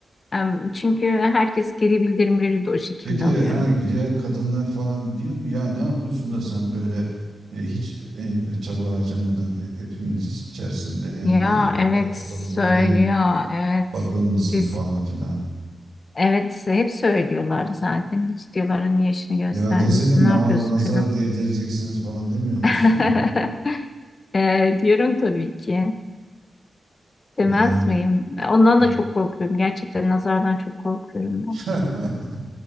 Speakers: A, on the left; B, on the right.
A: Em, Çünkü herkes geri bildirimleri de o şekilde
B: Peki
A: alıyorum.
B: ha diğer kadınlar falan diyor mu ya ne yapıyorsun da sen böyle e, hiç en e, çaba harcamadan e, hepimiz içerisinde en
A: Ya
B: böyle dikkat-
A: evet
B: alımlı,
A: söylüyor,
B: en
A: evet.
B: bakımlısın
A: Kesin.
B: falan filan.
A: Evet hep söylüyorlar zaten. Hiç diyorlar niye işini göstermiyorsun,
B: Ya deseydin namaz
A: ne yapıyorsun
B: nazar
A: falan.
B: değdireceksiniz falan demiyor musun
A: <laughs>
B: ya?
A: E, diyorum tabii ki. Demez
B: Yani
A: miyim? Ondan
B: ya-
A: da çok korkuyorum. Gerçekten nazardan çok korkuyorum ben.
B: <laughs>